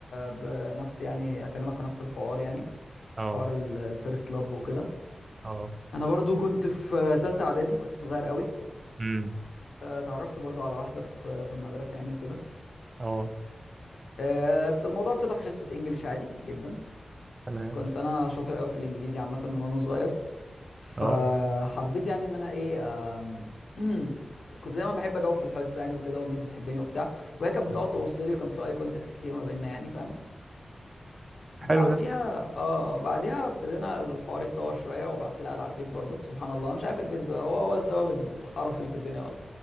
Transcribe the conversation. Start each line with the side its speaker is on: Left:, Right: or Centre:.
Left: بنفس يعني اكلمك في نفس الحوار يعني
Right: اه
Left: حوار الفيرست لاف وكده
Right: اه
Left: انا برضو كنت في تالتة اعدادي كنت صغير قوي
Right: امم
Left: آه، اتعرفت برضو على واحدة في في المدرسة يعني وكده
Right: اه
Left: آه، بت- الموضوع ابتدى بحصة انجليش عادي جدا
Right: تمام
Left: كنت انا شاطر قوي في الانجليزي عامة من وانا صغير فحبيت
Right: اه
Left: يعني ان انا ايه آم، <clears throat> كنت دايما بحب اجاوب في الحصة يعني وكده والميس بتحبني وبتاع وهي كانت بتقعد
Right: طب
Left: تبص لي كان في اي كونتاكت كتير ما بيننا يعني فاهم بعديها
Right: حلو ده
Left: اه آه، بعديها ابتدينا الحوار يتطور شويه وبعت لها على الفيس برضو سبحان الله مش عارف الفيس ده هو هو السبب القرف اللي في الدنيا والله